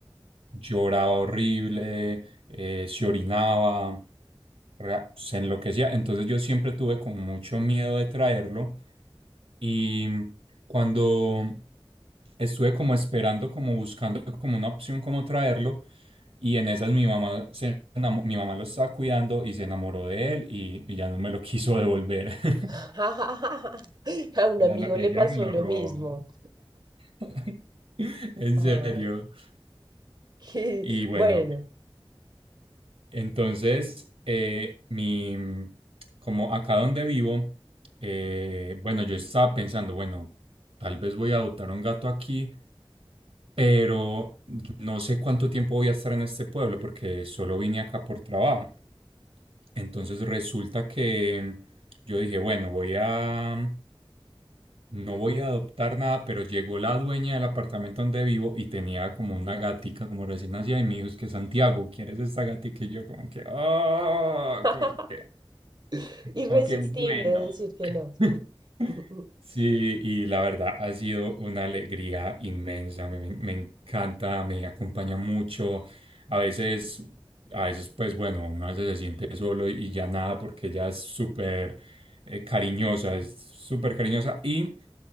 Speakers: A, on the right; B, on the right.
A: lloraba horrible, eh, se orinaba ra- se enloquecía. Entonces yo siempre tuve como mucho miedo de traerlo. Y mm, cuando estuve como esperando, como buscando como una opción como traerlo, y en esas mi mamá se enamo- mi mamá lo estaba cuidando y se enamoró de él y, y ya no me lo quiso devolver. <laughs>
B: <laughs> A un
A: Ya
B: amigo
A: no, ella
B: le pasó
A: me lo
B: lo
A: robó.
B: mismo.
A: <laughs> En
B: Ah,
A: serio.
B: qué
A: Y bueno,
B: bueno.
A: Entonces, eh, mi, como acá donde vivo, eh, bueno, yo estaba pensando, bueno, tal vez voy a adoptar un gato aquí, pero no sé cuánto tiempo voy a estar en este pueblo porque solo vine acá por trabajo. Entonces resulta que yo dije, bueno, voy a no voy a adoptar nada, pero llegó la dueña del apartamento donde vivo y tenía como una gatica como recién nacida y me dijo, es que Santiago, ¿quieres esta gatica? Y yo como que, oh,
B: <laughs>
A: como que,
B: Irresistible
A: como que bueno.
B: decir que no.
A: <laughs>
B: <laughs>
A: Sí, y la verdad ha sido una alegría inmensa, me, me- me encanta, me acompaña mucho. A veces, a veces pues bueno, uno a veces se siente solo y ya nada porque ya es súper eh, cariñosa, es súper cariñosa. Y